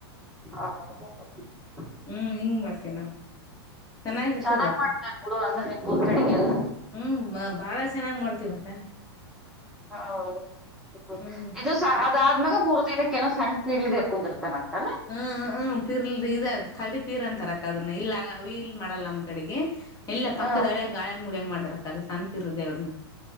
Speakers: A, in the centre; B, on the left.
A: ಅಬಾಬಬಬ <inaudible>
B: ಹ್ಮ್ ಹಿಂಗ್ ಮಾಡ್ತೇವಿ ನಾವು. ಚೆನ್ನಾಗಿರ್ತದ
A: ಚೆನ್ನಾಗ್
B: ಅಕ್ಕ
A: ಮಾಡ್ತಾರೆ ಬಿಡು ಅಂದ್ರೆ ನಿಮ್ ಊರ್ ಕಡೆಗೆಲ್ಲಾ
B: ಹ್ಮ್ ಮ ಬಾಳ ಚೆನ್ನಾಗ್ ಮಾಡ್ತಿವಕ್ಕಾ
A: ಹೌದು <unintelligible>
B: ಹ್ಮ್
A: ಇದು ಸಾ ಅದಾದ್ಮ್ಯಗ ಮೂರ್ ದಿನಕ್ಕ ಏನೊ ಸಣ್ಣ ಪೀರಲ್ ದೆವ್ರ ಕುಂದರ್ತಾನ ಅಂತಲ್ಲಾ
B: ಹ್ಮ್ ಹ್ಮ ಪಿರ್ಲ್ ದ ಇದು ಖಾಡಿ ಪೀರ್ ಅಂತಾರಕ್ಕಾ ಅದನ್ನ ಇಲ್ಲಾ ಇಲ್ ಮಾಡಲ್ಲ ನಮ್ ಕಡೆಗೆ ಇಲ್ಲೆ
A: ಹ
B: ಪಕ್ಕದ ಹಳ್ಳ್ಯಾಗ ಗಾಳೆಮ್ಮ ಗುಡಿಯಾಗ ಮಾಡ್ತಾರಕ್ಕ ಅದ ಸಣ್ಣ್ ಪೀರಲ್ ದೇವ್ರನ್ನ.